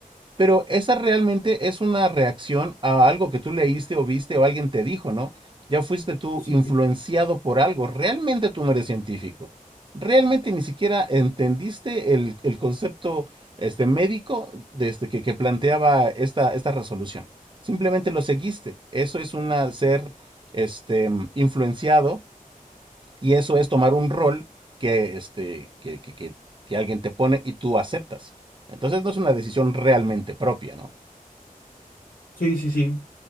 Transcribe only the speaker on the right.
Pero esa realmente es una reacción a algo que tú leíste o viste o alguien te dijo, ¿no? Ya fuiste tú
influenciado por algo. Realmente tú no eres científico. Realmente ni siquiera entendiste el, el concepto este, médico desde que, que planteaba esta, esta resolución. Simplemente lo seguiste. Eso es una, ser este, mm, influenciado y eso es tomar un rol que, este, que, que, que que alguien te pone y tú aceptas. Entonces no es una decisión realmente propia, ¿no?